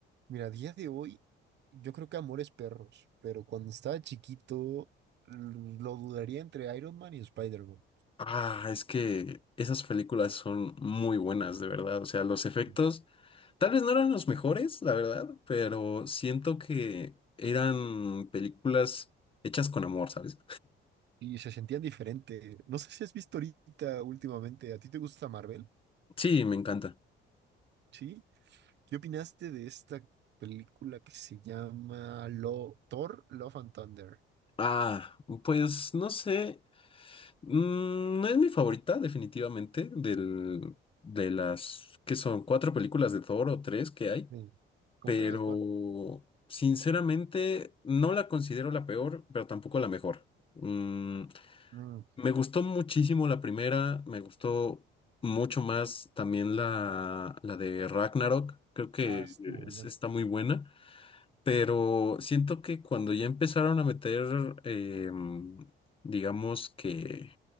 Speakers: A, on the right (about 60°); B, on the left (about 25°).
A: Mira, a día de hoy, yo creo que Amores Perros, pero cuando estaba chiquito l- lo dudaría entre Iron Man y Spider-Man.
B: Ah, es que esas películas son muy buenas, de verdad. O sea, los efectos
A: Ujú.
B: tal vez no eran los mejores, la verdad, pero siento que eran películas hechas con amor, ¿sabes?
A: Y se sentían diferente. No sé si has visto ahorita últimamente, ¿a ti te gusta Marvel?
B: Sí, me encanta.
A: ¿Sí? ¿Qué opinaste de esta película que se llama Lo Thor, Love and Thunder?
B: Ah, pues no sé. mm, No es mi favorita, definitivamente, del, de las que son cuatro películas de Thor o tres que hay,
A: Sí. Como
B: pero
A: tres, cuatro.
B: sinceramente no la considero la peor, pero tampoco la mejor. Mm,
A: Mm.
B: Me gustó muchísimo la primera, me gustó mucho más también la, la de Ragnarok, creo que
A: Ah, estuvo bueno.
B: es- está muy buena, pero siento que cuando ya empezaron a meter, em, digamos que